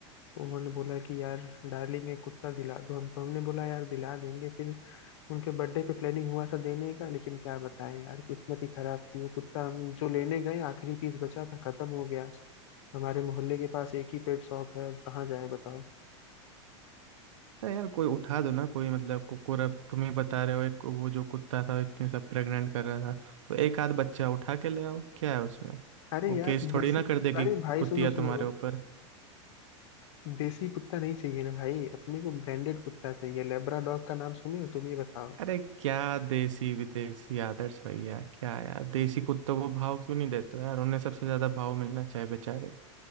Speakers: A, on the left; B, on the right.
A: तो उन्होंने बोला कि यार डार्लिंग एक कुत्ता दिला दो हमको हमने बोला यार दिला देंगे फिर उनके बर्थडे पे प्लानिंग हुआ था देने का लेकिन क्या बताएं यार किस्मत ही खराब थी वो कुत्ता हम जो लेने गए आखिरी पीस बचा था खत्म हो गया हमारे मोहल्ले के पास एक ही पेट शॉप है अब कहाँ जाए बताओ
B: अरे यार कोई उठा दो ना कोई मतलब कुकुर अब तुम्हें बता रहे हो एक वो जो कुत्ता था इतने सब प्रेग्नेंट कर रहा था तो एक आध बच्चा उठा के ले आओ क्या है उसमें
A: अरे
B: वो
A: यार
B: केस थोड़ी
A: देसी
B: ना कर देगी
A: अरे भाई
B: कुतिया
A: सुनो सुनो
B: तुम्हारे ऊपर
A: देसी कुत्ता नहीं चाहिए ना भाई अपने को ब्रांडेड कुत्ता चाहिए लेब्राडॉग का नाम सुने हो तुम ये बताओ
B: अरे क्या देसी विदेशी आदर्श भैया क्या यार देसी कुत्तों को भाव क्यों नहीं देते हो यार उन्हें सबसे ज्यादा भाव मिलना चाहिए बेचारे